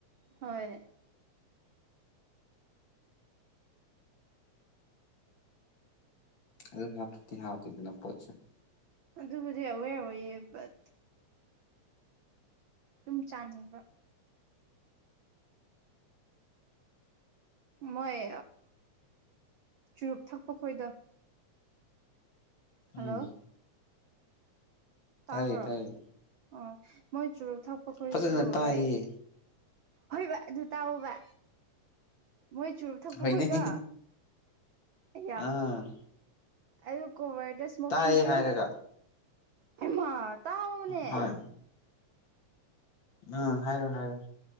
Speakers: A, on the right (about 70°); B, on the left (about 45°).
A: ꯍꯣꯏ <inaudible> <unintelligible>
B: ꯑꯗꯨ ꯍꯥꯀꯤꯇꯦ ꯍꯥꯥꯎꯇꯗꯅ ꯄꯣꯠꯆ <inaudible>
A: ꯑꯗꯨꯕꯨꯗꯤ ꯑꯋꯦꯔ ꯑꯣꯏꯌꯦ ꯕꯠ ꯑꯗꯨꯨꯝ ꯆꯥꯅꯤꯡꯕ ꯃꯣꯏ ꯆꯨꯔꯨꯞ ꯊꯛꯄ ꯈꯣꯏꯗ ꯍꯜꯂꯣ
B: ꯎꯝ
A: ꯇꯥꯕ꯭ꯔꯣ
B: ꯇꯥꯏꯌꯦ ꯇꯥꯏꯌꯦ
A: ꯑꯣ ꯃꯣꯏ ꯆꯨꯔꯨꯞ ꯊꯛꯄꯈꯩꯁꯨ
B: ꯐꯖꯅ ꯇꯥꯏꯌꯦ
A: ꯂꯩ ꯍꯣꯏꯕ ꯑꯗꯨ ꯇꯥꯛꯑꯣꯣꯕ ꯃꯣꯏ ꯆꯨꯔꯨꯞ ꯊꯛꯄꯈꯣꯏꯗꯣꯌꯥ
B: ꯍꯣꯏꯅꯦ ꯑꯥ
A: ꯑꯗꯣ ꯀꯣꯕꯔꯗ ꯏꯁꯃꯣꯀꯤꯡ
B: ꯇꯥꯏ
A: ꯒꯤꯟ
B: ꯍꯥꯏꯔꯒ
A: ꯍꯩꯃꯥ ꯇꯥꯎꯅꯦ
B: ꯍꯣꯏ ꯎꯝ ꯍꯥꯏꯔꯣ ꯍꯥꯏꯔꯣ